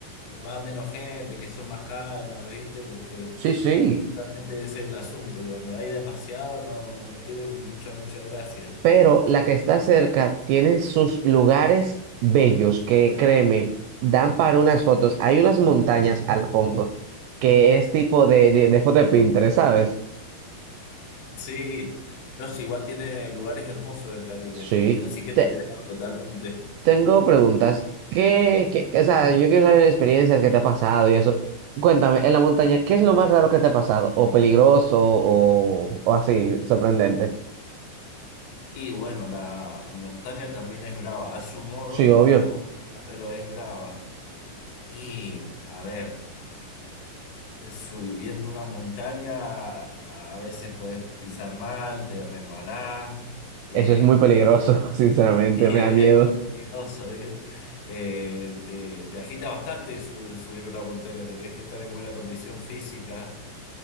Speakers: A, on the left; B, on the right.
A: va menos gente, que son más calmas, ¿viste? Porque
B: Sí, sí.
A: justamente ese es el asunto, cuando hay demasiado no, no tiene mucha, mucha gracia.
B: pero la que está cerca tiene sus lugares bellos que, créeme, dan para unas fotos. Hay unas montañas al fondo que es tipo de, de, de foto de Pinterest, ¿sabes?
A: Sí, no, sí, igual tiene lugares hermosos el Caribe,
B: Sí.
A: te- así que
B: Te-
A: te creo totalmente.
B: tengo preguntas. ¿Qué, qué- o sea, yo quiero saber experiencias que te ha pasado y eso. Cuéntame, en la montaña, ¿qué es lo más raro que te ha pasado? ¿O peligroso o, o así, sorprendente?
A: Y bueno, la montaña también es brava, a su modo,
B: Sí,
A: no,
B: obvio.
A: no como nada, pero es brava. Y a ver, subiendo una montaña a a veces puedes pisar mal, te resbalás. eh,
B: Eso es muy peligroso, <laughs> sinceramente,
A: <laughs> sí,
B: me
A: es,
B: da miedo.
A: es muy peligroso. ¿eh? Eh, te, te agita bastante su- subir una montaña, tenés que estar en buena condición física.